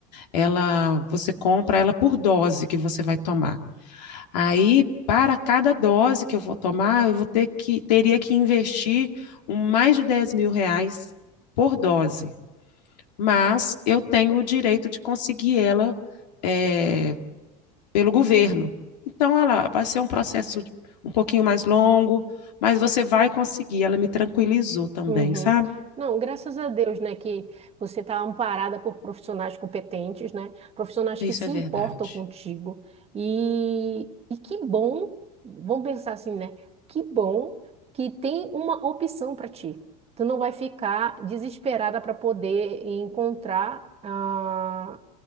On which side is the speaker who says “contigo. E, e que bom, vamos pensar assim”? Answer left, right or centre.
Right